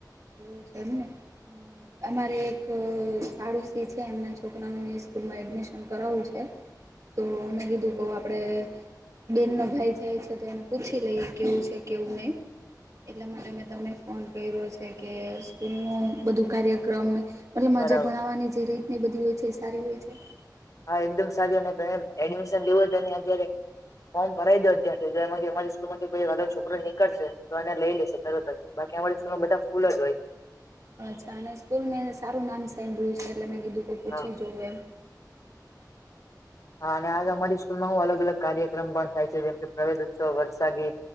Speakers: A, on the right (about 50°); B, on the left (about 50°).
A: એવું છે ને. અમારે એક સાળુ સિહ છે, એમના છોકરાનું સ્કૂલમાં એડમિશન કરાવવું છે. તો મેં કીધું કહ આપડે. બેનનો ભાઈ જાય છે, તો એને પૂછી લઈએ કેવું છે, કેવું નહીં. એટલા માટે મેં તમને ફોન કર્યો છે. કે, કે સ્કૂલનું બધું કાર્યક્રમ મતલબ મજા,
B: બરાબર
A: ભણાવવાની જે રીત. બધી હોય છે, સારી હોય છે.
B: હા, એકદમ સારી અને એડમિશન લેવું તો અત્યારે. ફોર્મ ભરાઈ દો, ત્યાં મારી સ્ માં કો છોકરો નીકળશે તો, એને લઈ લેશે તરતર બાકી અમારી સ્કૂલમાં બધા ફૂલ જ હોય.
A: અચ્છા, અને સ્કૂલ મેં સારું નામ સેડ્યું છે, એટલે મેં કીધું કો પૂછી
B: હા
A: જવું એમ.
B: હા, અને આજે અમારી સ્કૂલમાં. હું અલગ-અલગ કાર્યક્રમ પણ થાય છે, જેમ કે પ્રવેશ ઉત્સવ વરસાગી.